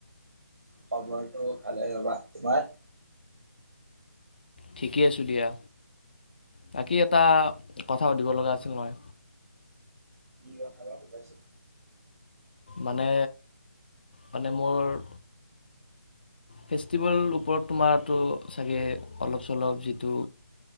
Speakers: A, on the right; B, on the left.
A: খবৰটো ভালেই ৰ'বা। তোমাৰ?
B: ঠিকেই আছোঁ দিয়া। বাকী এটা কথা পাতিব লগা আছিল মই।
A: কি কথা বা সোধাচোন?
B: মানে, মানে মোৰ ফেষ্টিভেলৰ ওপৰত তোমাৰ টো চাগে অলপ চলপ যিটো